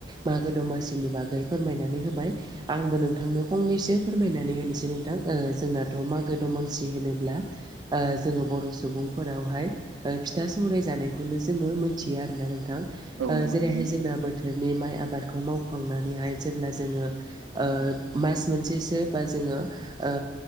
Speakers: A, on the right; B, on the right.
A: मागो दमासिनि बागै फोरमायनानै होबाय। आंबो नोंथांनो फंनैसो फोरमायनानै होनोसै नोंथां। ओ जोंनाथ' मागो दमासि होनोब्ला ओ जोङो बर' सुबुंफोरावहाय ओ फिथा सौराय जानायखौनो जोङो मोनथियो आरोना नोंथां ओ
B: औ नंगौ
A: जेरैहाय
B: थारैनो
A: जोंना बो थोरनि माइ आबादखौ मावखांनानैहाय जेब्ला जोङो ओ मास मोनसेसो बा जोङो ओ